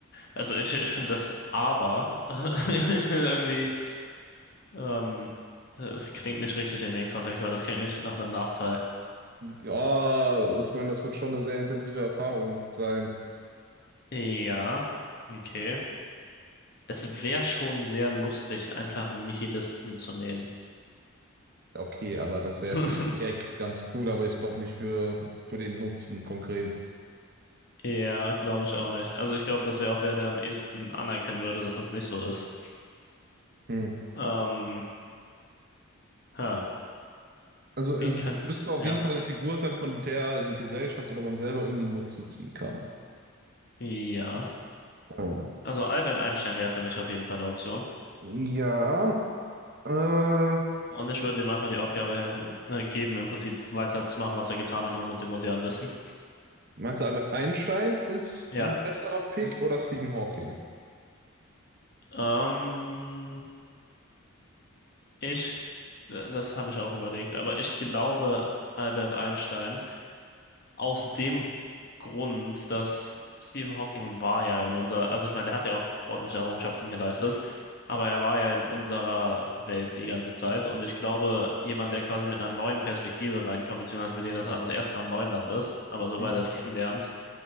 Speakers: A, on the left; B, on the right.
A: also ich, ich finde das aber <laughs> irgendwie, ähm, äh, es klingt nicht richtig in den Kontext, weil das klingt nicht nach einem Nachteil.
B: Ja, ich meine, das wird schon eine sehr intensive Erfahrung sein.
A: Ja, okay. Es wäre schon sehr lustig, einfach einen Nihilisten zu nehmen.
B: Ja, Okay, aber das
A: <laughs>
B: wäre für den Gag ganz cool, aber ich glaube nicht für, für den Nutzen konkret.
A: Ja, glaube ich auch nicht. Also ich glaube, das wäre auch der, der am ehesten anerkennen würde, dass das nicht so ist.
B: Hm.
A: Ähm, ha,
B: Also es
A: wen kann?
B: müsste auf
A: Ja.
B: jeden Fall eine Figur sein, von der die Gesellschaft oder man selber irgendwie einen Nutzen ziehen kann.
A: Ja.
B: Oh.
A: Also Albert Einstein wäre für mich auf jeden Fall eine Option.
B: Ja, äh,
A: Und ich würde ihm einfach die Aufgabe helfen, ne, geben, im Prinzip weiterzumachen, was er getan hat, nur mit dem modernen Wissen.
B: meinst du, Albert Einstein ist
A: Ja.
B: ein besserer Pick
A: Hm.
B: oder Stephen Hawking?
A: Ähm, ich, das habe ich auch überlegt, aber ich glaube Albert Einstein aus dem Grund, dass Stephen Hawking war ja in unserer, also ich meine, der hat ja auch ordentliche Errungenschaften geleistet, aber er war ja in unserer Welt die ganze Zeit und ich glaube, jemand, der quasi mit einer neuen Perspektive reinkommt, beziehungsweise für den das alles erstmal Neuland ist, aber sobald
B: Hm.
A: er es kennenlernt,